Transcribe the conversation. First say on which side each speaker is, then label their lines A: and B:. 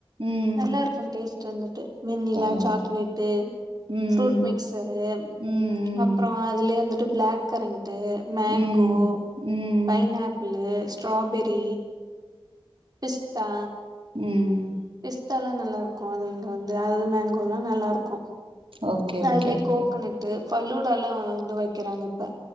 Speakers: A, on the right; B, on the right.
A: ம்
B: நல்லார்க்கு டேஸ் ட்ருந்துட்டு வெண்ணிலா
A: பரவால்ல
B: சாக்லேட்டு
A: ம்
B: ஃப்ரூட் மிக் சரேம்
A: ம்
B: அப்றோ
A: ம்
B: அதுலே வந்துட்டு ப்ளாக் கரண்ட்டு மேங்கோ
A: ம் ம்
B: பைனாப்புள்ளு ஸ்ட்ராபெரி பிஸ்த்தா
A: ம்
B: பிஸ்த்தாலாமக்ஷ நல்லார்க்கு அதுங்கு வந்து அது மேங்கோல்லா நல்லார்க்கு
A: ஓகே ஓகே
B: அதுலே
A: ஓகே
B: கோக்கனட்டு ஃபலூடாலா து வைக்கறாங்க ப